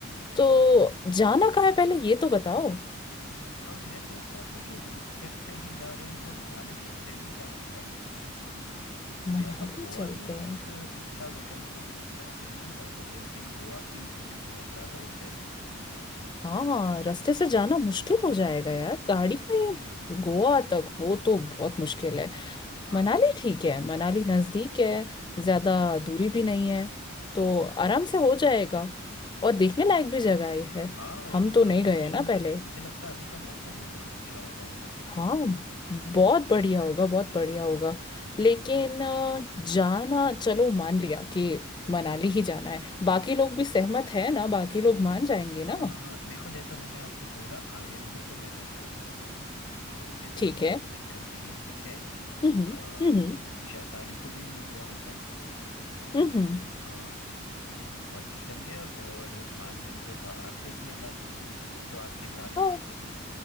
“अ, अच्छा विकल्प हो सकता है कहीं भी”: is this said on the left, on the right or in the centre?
Left